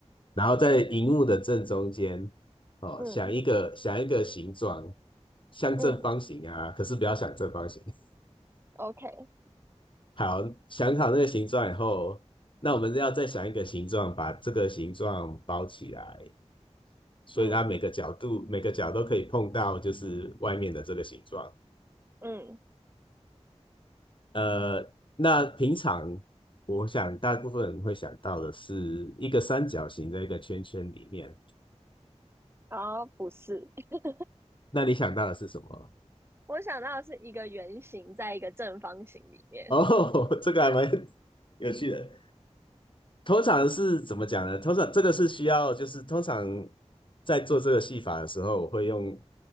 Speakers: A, on the left; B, on the right.
A: 然后在荧幕的正中间，哦，
B: 嗯
A: 想一个想一个形状，像正方形啊，
B: 嗯
A: 可是不要想正方形。<laughs>
B: ，OK，
A: 好，想好那个形状以后，那我们要再想一个形状，把这个形状包起来，所以它每个角度每个角都可以碰到，
B: 嗯
A: 就是外面的这个形状。
B: 嗯，
A: 呃，那平常我想大部分人会想到的是一个三角形在一个圈圈里面，
B: 然后不是，<laughs>
A: 那你想到的是什么？
B: 我想到的是一个圆形在一个正方形里面。
A: 哦，<laughs> 这个还蛮有趣的。通常是怎么讲呢？通常这个是需要，就是通常在做这个戏法的时候，我会用